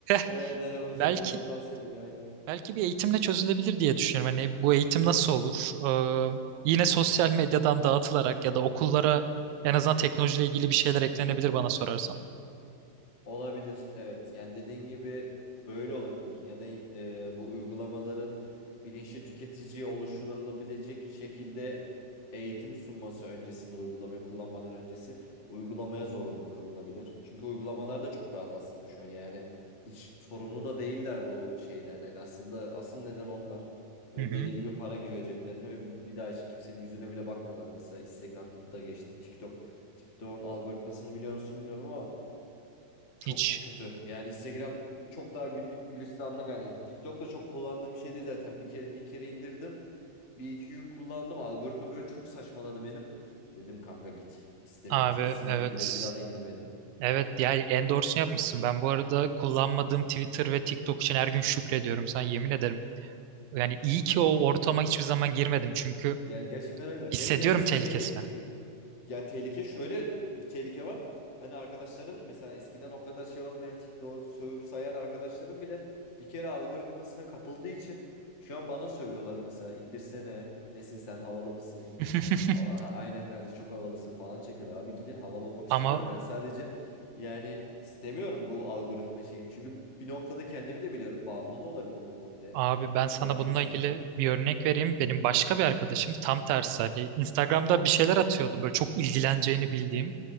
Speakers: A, on the left; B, on the right.
A: Evet
B: <laughs>
A: hani bu
B: Belki
A: şu motor dans yapıyor aynen.
B: belki bir eğitimle çözülebilir diye düşünüyorum. Hani bu eğitim nasıl olur? Ee, yine sosyal medyadan dağıtılarak ya da okullara en azından teknolojiyle ilgili bir şeyler eklenebilir bana sorarsan.
A: Olabilir, evet. Yani dediğin gibi böyle olabilir ya da e, bu uygulamaların bilinçli tüketiciye oluşturulabilecek şekilde eğitim sunması öncesinde uygulamayı kullanmadan öncesi uygulamaya zorunlu kılınabilir. Çünkü uygulamalar da çok rahat aslında şu an yani hiç sorumlu da değiller bu şeyden. Hani aslında asıl neden onlar ve
B: Hı hı.
A: deli gibi para giriyor ceplerine ve bir bir daha hiç kimsenin yüzüne bile bakmıyorlar. Mesela Instagram'da geçtim, TikTok. TikTok'un algoritmasını biliyor musun bilmiyorum ama çok
B: Hiç.
A: kötü. Yani Instagram çok daha günlük gülistanlık hani. TikTok da çok kullandığım bir şey değil zaten. Bir kere bir kere indirdim. Bir iki gün kullandım. Algoritma böyle çok saçmaladı benim. Dedim kanka git. İstemiyorum
B: Abi
A: seni. Sildim
B: evet.
A: direkt bir daha da indirmedim.
B: Evet yani en doğrusunu yapmışsın. Ben bu arada kullanmadığım Twitter ve TikTok için her gün şükrediyorum sana yemin ederim. Yani iyi ki o ortama hiçbir zaman girmedim çünkü
A: Yani gerçekten öyle.
B: hissediyorum
A: Benim ya mesela
B: tehlikesini.
A: şey de kötü. Yani tehlike şöyle bir tehlike var. Hani arkadaşlarım mesela eskiden o kadar şey olmayan TikTok'u sövüp sayan arkadaşlarım bile bir kere algoritmasına kapıldığı için şu an bana sövüyorlar mesela. İndirsene. Nesin sen havalı mısın?
B: <laughs>
A: Aha, aynen kanka çok havalısın falan çekiyorlar abi. Gidin havalı olmak istemiyorum.
B: Ama
A: Ben sadece yani istemiyorum bu algoritma şeyini. Çünkü bir noktada kendimi de biliyorum. Bağımlı da olabilirim bu noktaya.
B: Abi ben sana
A: Ben de
B: bununla
A: insanım.
B: ilgili bir örnek vereyim. Benim başka bir arkadaşım tam tersi hani Instagram'da bir şeyler atıyordu böyle çok ilgileneceğini bildiğim.